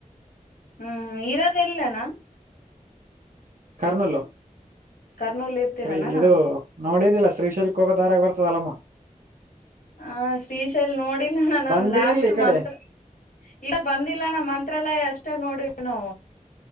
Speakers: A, on the left (about 85°); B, on the right (about 75°).
A: ಹ್ಮ್ ಇರೋದಲ್ಲಣ್ಣ
B: ಕಾರಣಲ್ಲೋ
A: ಕರ್ನೂಲ್ ಇರ್ತೀರನಣ್ಣ
B: ಸ್ರೀ ಇದು ನೋಡಿನಿಲ್ಲ ಶ್ರೀಶೈಲ್ಕ್ ಹೋೋಗ ದಾರಾಗ ಬರ್ತದಲ್ಲಮ್ಮ
A: ಹ ಶ್ರೀಶೈಲ್ ನೋಡಿಲ್ಲಣ್ಣ ನನ್
B: ಬಂದಿರಿಲ್
A: ಲಾಸ್ಟ್
B: ಈ ಕಡೆ
A: ಮಂತ್ ಇಗ ಬಂದಿಲ್ಲ ನ ಮಂತ್ರಾಲಯ ಅಷ್ಟೇ ನೋಡಿನು